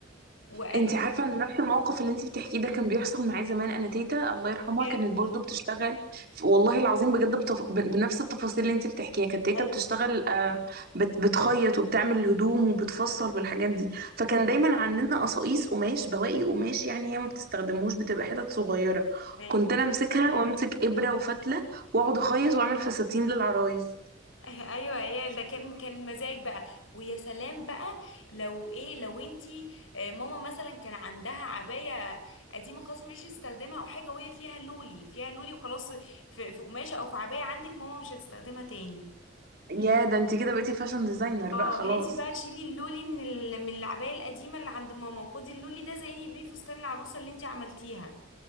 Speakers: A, on the left; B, on the right.
A: وقالت
B: انت عارفه ان نفس الموقف اللي انت بتحكيه ده كان بيحصل معايا زمان انا تيتا الله يرحمها
A: بجد
B: كانت برضو بتشتغل ف- والله العظيم بجد بتف... ب- بنفس التفاصيل اللي انت بتحكيها كانت تيتا
A: ايوه
B: بتشتغل آه بت... بتخيط وبتعمل الهدوم وبتفصل والحاجات دي فكان دايما عندنا قصاقيس قماش بواقي قماش يعني هي ما بتستخدموش بتبقى حتت صغيره
A: ايوه
B: كنت انا امسكها وامسك ابره وفتله واقعد اخيط واعمل فساتين للعرايس
A: ايوه يا ده كان كان مزاج بقى ويا سلام بقى لو ايه لو انتي آه، ماما مثلا كان عندها عبايه قديمه خلاص مش هتستخدمها او حاجه وهي فيها لولي فيها لولي وخلاص في في قماشه او في عبايه عندك ماما مش هتستخدمها تاني
B: يا ده انت كده بقيتي فاشن ديزاينر
A: اه
B: بقى خلاص
A: هاتي بقى شيلي اللولي من ال- من العبايه القديمه اللي عند ماما وخدي اللولي ده زيني بيه فستان العروسه اللي انتي عملتيها